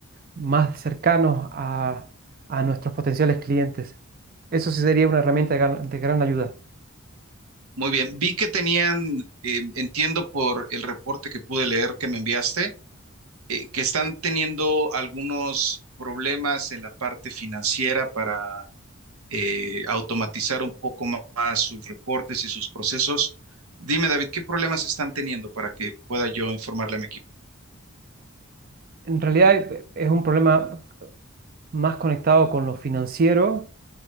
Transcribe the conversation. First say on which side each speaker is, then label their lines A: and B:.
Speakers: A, on the right; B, on the right.
A: más cercanos a, a nuestros potenciales clientes. Eso sí sería una herramienta de gran, de gran ayuda.
B: Muy bien, vi que tenían, eh, entiendo por el reporte que pude leer que me enviaste, eh, que están teniendo algunos problemas en la parte financiera para eh, automatizar un poco ma- más sus reportes y sus procesos. Dime, David, ¿qué problemas están teniendo para que pueda yo informarle a mi equipo?
A: En realidad eh, es un problema más conectado con lo financiero,